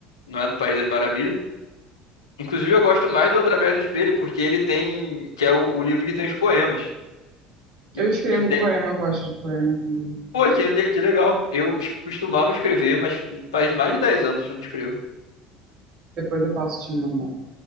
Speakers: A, on the left; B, on the right.
A: não é no País das Maravilhas. Inclusive eu gosto mais do Através do Espelho porque ele tem que é o, o livro que tem os poemas
B: Eu
A: e
B: escrevo
A: que tem
B: poema, eu gosto de poema também.
A: Pô, que, le- que legal. Eu es- costumava escrever, mas faz mais de 10 anos que eu não escrevo.
B: Depois eu posso te mandar.